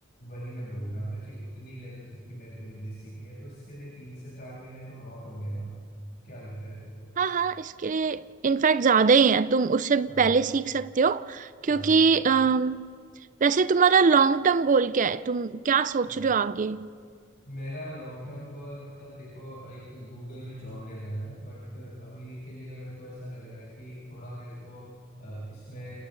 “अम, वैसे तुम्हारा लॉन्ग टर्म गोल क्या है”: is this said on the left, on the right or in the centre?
Right